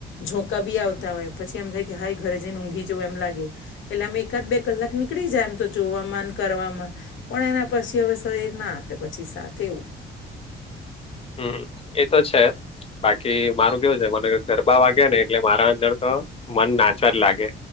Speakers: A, on the left; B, on the left.
A: ઝોંકા બી આવતા હોય પછી એમ થાય કે હાઈ ઘરે જઈને ઊંઘી જવું એમ લાગે એટલે અમે એકાદ બે કલાક નીકળી જાય એમ તો જો સમાન કરવામાં પણ એના પછી હવે શરીર ના આપે પછી સાથે એવું
B: હમ એ તો છે બાકી મારું કેવું છે મને ગરબા વાગે ને એટલે મારા અંદર તો મન નાચવા જ લાગે